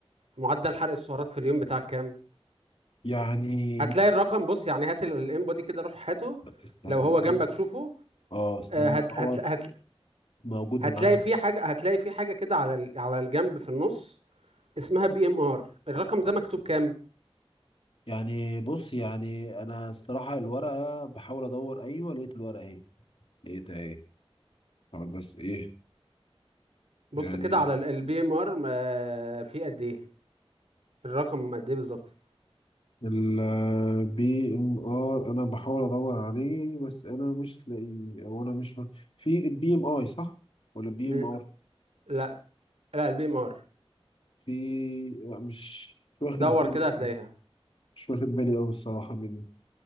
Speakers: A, on the right (about 85°); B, on the left (about 60°).
A: معدل حرق السعرات في اليوم بتاعك كام
B: يعني
A: هتلاقي الرقم بص يعني هات الانبادي كده روح هاته
B: استنى
A: لو هو
B: كده.
A: جنبك شوفه
B: اه استنى
A: آه، هت
B: لا، هو
A: هت هت
B: موجود
A: هتلاقي
B: معايا
A: في حاجة هتلاقي في حاجة كده على ال- على الجنب في النص اسمها بي ام ار الرقم ده مكتوب كام
B: يعني بص يعني انا الصراحه الورقه بحاول ادور ايوه لقيت الورقه اهي لقيتها اهي طب بس ايه
A: بص
B: يعني
A: كده على البي ام ار في قد ايه الرقم قد ايه بالظبط
B: البي ام ار انا بحاول ادور عليه بس انا مش لاقيه او انا مش في البي ام اي صح ولا بي
A: ل-
B: ام ار
A: لا لا البي ام ار
B: في لا مش مش واخد
A: دور
B: بالي
A: كده
B: أوي.
A: هتلاقيها
B: مش واخد بالي أوي الصراحة مني